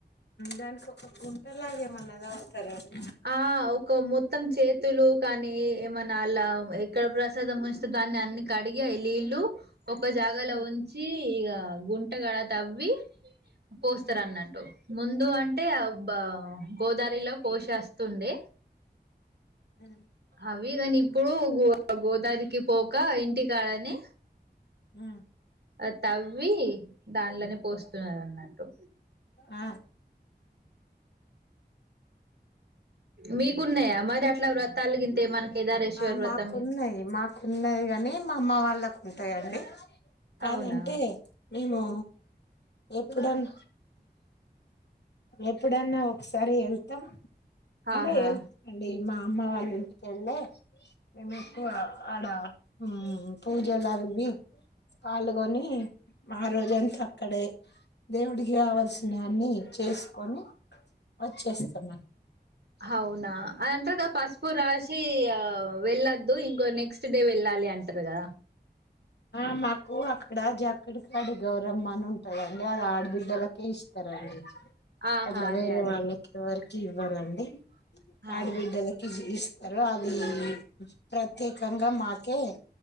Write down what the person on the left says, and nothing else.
దాన్కి ఒక గుంటలాగ ఏమన్నాదవుతారాడి
ఉమ్
ఉమ్
ఉమ్
ఉ
అ
ఆ
మాకున్నయ్ మాకున్నది గని మమ్మ వాళ్ళకు ఉంటయండి కాదంటే
మేమూ ఎప్పుడన్ ఎప్పుడన్నా ఒకసారి ఎళ్తం అంటే
హెల్త్ రండి మామ్మ వాళ్ళంటికెళ్ళే మేముట్ ఆడ ఉమ్ పూజలవ్వి పాల్గొని ఆ రోజంతా అక్కడే దేవుడికి కావాల్సినన్ని చేస్కోని ఒచ్చేస్తం
అ మాకు అక్కడ జక్కడికాడి గౌరమ్మ అని ఉంటదండి అది ఆడబిడ్డలకే ఇస్తరండి
అట్ల
వేరే
వాళ్ళకేవర్ ఇవ్వాలండి
ఆడుబిడ్డల్ కిజ్ ఇస్ స్తారు అది ప్రత్యేకంగా మాకే